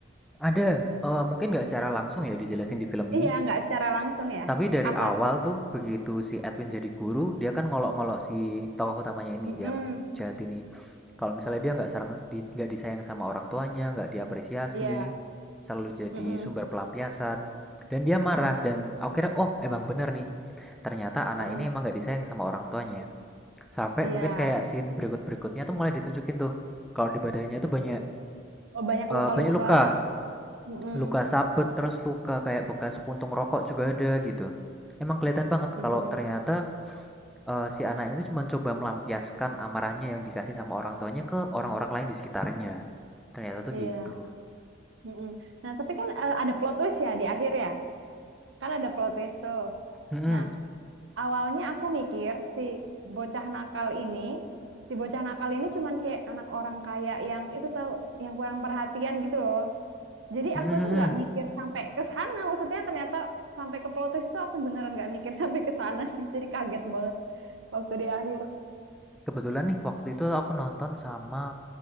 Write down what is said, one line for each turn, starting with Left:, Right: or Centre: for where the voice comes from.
Centre: ada eh, mungkin nggak secara langsung ya dijelasin di film ini
Right: iya nggak secara langsung ya
Centre: Tapi dari
Right: apa
Centre: awal
Right: tuh
Centre: tuh begitu si Edwin jadi guru, dia kan ngolok-ngolok si tokoh utamanya ini
Right: mm
Centre: yang jahat ini. Kalau misalnya dia nggak sarang, di, nggak disayang sama orang tuanya, nggak diapresiasi,
Right: iya
Centre: selalu jadi
Right: Mm-mm.
Centre: sumber pelampiasan, dan dia marah. Dan aku kira, oh emang bener nih, ternyata anak
Right: Heeh.
Centre: ini emang nggak disayang sama orang tuanya. Sampai
Right: iya
Centre: mungkin kayak scene berikut-berikutnya tuh mulai ditunjukin tuh, kalau di badannya tuh banyak
Right: oh
Centre: eh,
Right: banyak luka-luka
Centre: banyak luka,
Right: Mm-mm.
Centre: Luka sabet, terus luka kayak bekas puntung rokok juga ada gitu. Emang kelihatan banget
Right: iya
Centre: kalau
Right: iya
Centre: ternyata eh, si anak ini tuh cuma coba melampiaskan amarahnya yang dikasih sama orang tuanya ke orang-orang lain di sekitarnya. Ternyata tuh
Right: iya
Centre: gitu.
Right: Mm-mm. nah tapi kan eh, ada plot twist ya di akhir ya kan ada plot twist tuh
Centre: Mm-mm.
Right: Nah, Awalnya aku mikir si bocah nakal ini, si bocah nakal ini cuman kayak anak orang kaya yang itu tahu yang kurang perhatian gitu loh. Jadi
Centre: Mm-mm,
Right: aku tuh nggak mikir sampai ke sana. Maksudnya ternyata sampai ke plot twist itu aku beneran nggak mikir <laughs> sampai ke sana sih. Jadi kaget banget waktu di akhir.
Centre: Kebetulan nih waktu itu aku nonton sama